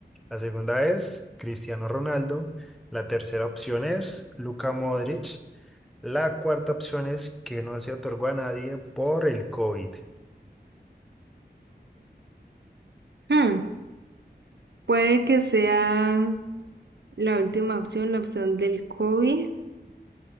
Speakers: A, in the centre; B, on the right.
A: la segunda es Cristiano Ronaldo, la tercera opción es Luka Modric La cuarta opción es que no se otorgó a nadie por el COVID.
B: Hmm, puede que sea la última opción, la opción del COVID,